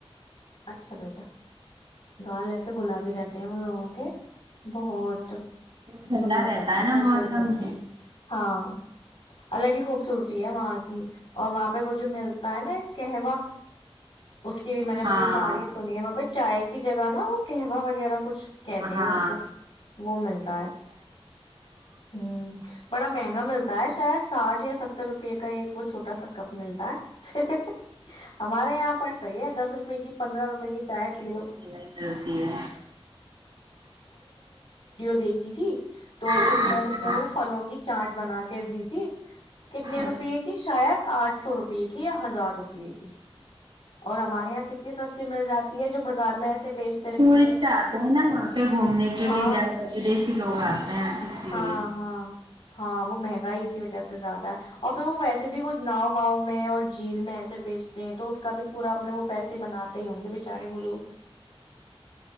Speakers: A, on the left (about 65°); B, on the right (about 55°).
A: اچھا بیٹا گال ایسے گلابی رہتے ہیں ان لوگوں کے بہت
B: ٹھنڈا
A: سندر
B: رہتا
A: لگتے
B: ہے
A: ہیں
B: نا
A: خوبصورت
B: موسم
A: لگتے ہیں ہاں الگ ہی خوبصورتی ہے وہاں کی اور وہاں پہ وہ جو ملتا ہے نا ایک کہوہ اس کی بھی میں نے
B: ہاں
A: بڑی تعریف سنی ہے وہاں پہ چائے کی جگہ نا وہ قوہ وغیرہ کچھ کہتے
B: ہاں
A: ہیں اس کو وہ ملتا ہے ہ بڑا مہنگا ملتا ہے شہ ساٹھ یا ستر روپے کا ایک وہ چھوٹا سا کپ ملتا ہے ہمارے یہاں پر صحیح ہے دس روپے کی پندرہ روپئے کی چائے پی لو
B: ہی ڈلتی ہے
A: دے گی جی تو
B: اچھا
A: اس میں اس نے وہ فھلوں کی چارٹ بنا کے دی تھی کتنے
B: اچھا
A: روپے کی شاید آٹھ سو روپئے کی یا ہزار روپئے کی اور ہمارے یہاں کتنی سستی مل جاتی ہے جو ہازار میں ایسے بیچ
B: ٹورسٹ آتے ہیں نا وہاں پہ گھومنے کے
A: ہاں
B: لیے جیادہ ودیشی لوگ آتے ہیں اس لیے
A: ہاں ہاں ہاں وہ مہنگا ہی اسی وجہ سے زیادہ ہے اور پھر وہ ویسے بھی وہ ناؤ واؤ میں اور جھیل میں ایسے بیچتے ہیں تو اس کا بھی پورا اپنے وہ پیس بناتے ہی ہ گے سارے بول لو